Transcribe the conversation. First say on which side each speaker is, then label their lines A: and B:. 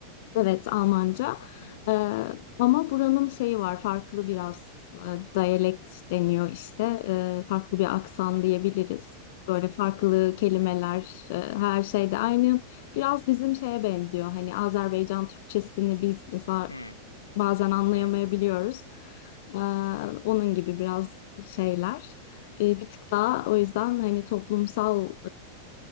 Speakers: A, on the left; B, on the left.
A: Evet, Almanca.
B: Bakalım bakalım.
A: Ee, ama buranın şeyi var, farklı biraz e, diyalekt deniyor işte. Ee, farklı bir aksan diyebiliriz. Böyle farklı
B: Hı
A: kelimeler,
B: hı.
A: e, her şey de aynı. Biraz bizim şeye benziyor. Hani Azerbaycan Türkçesini biz mesela
B: Hı,
A: bazen anlayamayabiliyoruz.
B: evet.
A: Ee, onun gibi biraz şeyler. Ee, bir tık daha
B: Hı
A: o yüzden hani toplumsal